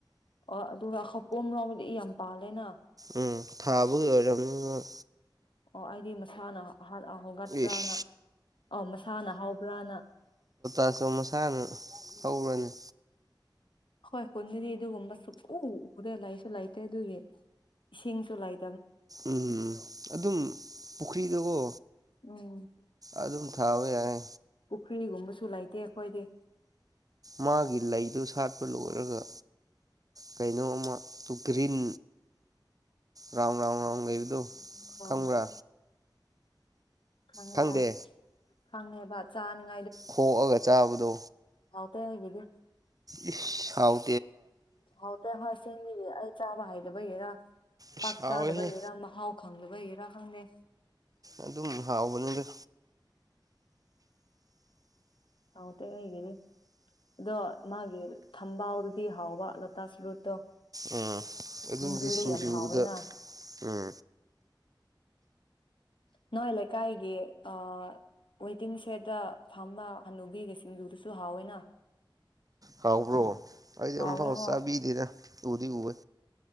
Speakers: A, on the left (about 70°); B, on the right (about 45°).
A: ꯑꯣ ꯑꯗꯨꯔ ꯍꯧꯄꯣꯝ ꯔꯣꯝꯗꯤ ꯌꯥꯝ ꯄꯥꯜꯂꯦꯅ
B: ꯎꯝ ꯊꯥꯕꯒꯤ ꯑꯣꯏꯔꯝꯅꯤ ꯅꯣꯢ
A: ꯑꯣ ꯑꯩꯗꯤ ꯃꯁꯥꯅ ꯑꯍꯠ ꯑ ꯍꯣꯡꯒꯠꯄ꯭ꯔꯥꯅ
B: ꯏꯁ
A: ꯑ ꯃꯁꯥꯅ ꯍꯥꯎꯕ꯭ꯔꯅ
B: ꯑꯆꯨꯝ ꯃꯁꯥꯅ ꯍꯧꯔꯕꯅꯤ
A: ꯍꯣꯏ ꯈꯨꯟꯗꯤ ꯑꯗꯨꯒꯨꯝꯕ ꯁꯨꯛ ꯎ ꯎꯗꯦ ꯂꯥꯏꯁꯨ ꯂꯩꯇꯦ ꯑꯗꯨꯒꯤ ꯏꯁꯤꯡꯁꯨ ꯂꯩ
B: ꯎꯝ ꯑꯗꯨꯝ ꯄꯨꯈ꯭ꯔꯤꯗꯣꯀꯣ
A: ꯎꯝ
B: ꯑꯗꯨꯝ ꯊꯥꯕ ꯌꯥꯢ
A: ꯄꯨꯈ꯭ꯔꯤꯒꯨꯝꯕꯁꯨ ꯂꯩꯇꯦ ꯑꯩꯈꯣꯏꯗꯤ
B: ꯃꯥꯒꯤ ꯂꯩꯗꯨ ꯁꯥꯠꯄ ꯂꯣꯏꯔꯒ ꯀꯩꯅꯣ ꯑꯃ ꯒ꯭ꯔꯤꯟ ꯔꯥꯎꯟ ꯔꯥꯎꯟ ꯔꯥꯎꯟ ꯂꯩꯕꯗꯣ
A: ꯑꯣ
B: ꯈꯪꯕ꯭ꯔꯥ
A: ꯈꯪꯉꯦꯗ
B: ꯈꯪꯗꯦ
A: ꯈꯪꯉꯦꯕ ꯆꯥꯅꯤꯡ
B: ꯈꯣꯛꯑꯒ ꯆꯥꯕꯗꯣ
A: ꯇꯒꯤꯗꯤ
B: ꯏꯁ ꯍꯥꯎ
A: ꯍꯎꯇꯦ ꯍꯣꯏꯁꯦ ꯑꯩ ꯆꯥꯕ ꯍꯩꯗꯕꯒꯤꯔꯥ
B: ꯏꯁ
A: ꯄꯥꯛ
B: ꯍꯥꯎꯋꯦꯍꯦ
A: ꯆꯥꯗꯕꯒꯤꯔꯥ ꯃꯍꯥꯎ ꯈꯪꯗꯕꯩꯔ ꯈꯪꯗꯦ
B: ꯑꯗꯨꯝ ꯍꯥꯎꯕꯅꯤꯗ
A: ꯍꯥꯎ ꯇꯦ ꯑꯩꯩꯒꯤꯗꯤ ꯑꯗꯣ ꯃꯥꯒꯤ ꯊꯝꯕꯣꯎꯗꯨ ꯇꯤ ꯍꯥꯎꯕ ꯂꯣꯇꯥꯁ ꯔꯨꯠꯇꯣ
B: ꯎꯝ ꯑꯗꯨꯁꯤꯡꯖꯩꯗ
A: ꯁꯤꯡꯖꯨꯗꯣ ꯌꯥꯝ ꯍꯥꯎꯋꯦꯅ
B: ꯎꯝ
A: ꯅꯣꯏ ꯂꯩꯀꯥꯏꯒꯤ ꯑꯥ ꯋꯦꯇꯤꯡ ꯁꯦꯠꯇ ꯐꯝꯕ ꯍꯅꯨꯕꯤꯒꯤ ꯁꯤꯡꯖꯨꯗꯨꯁꯨ ꯍꯥꯎꯋꯦꯅ
B: ꯍꯥꯎꯕ꯭ꯔꯣ ꯑꯩꯗꯤ ꯑꯃꯨꯛꯐꯥꯎ
A: ꯍꯥꯎꯋꯦ ꯍꯣꯏ
B: ꯆꯥꯕꯤꯗꯦꯗ ꯎꯗꯤ ꯎꯋꯦ